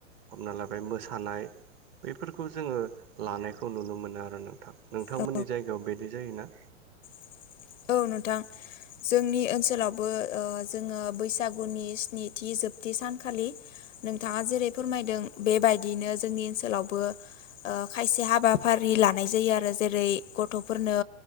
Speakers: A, on the right (about 25°); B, on the left (about 85°).
A: हमना लाबाय मोसानाय बेफोरखौ जोङो लानायखौ नुनो मोनो आरो नोंथां नोंथांमोननि
B: औ
A: जायगायाव बेदि जायोना?
B: <inaudible> औ नोंथां जोंनि ओनसोलावबो जोङो बैसागुनि स्निथि जोबथि सानखालि नोंथाङा जेरै फोरमायदों बेबायदिनो जोंनि ओनसोलावबो ओ खायसे हाबाफारि लानाय जायो आरो जेरै गथ'फोरनो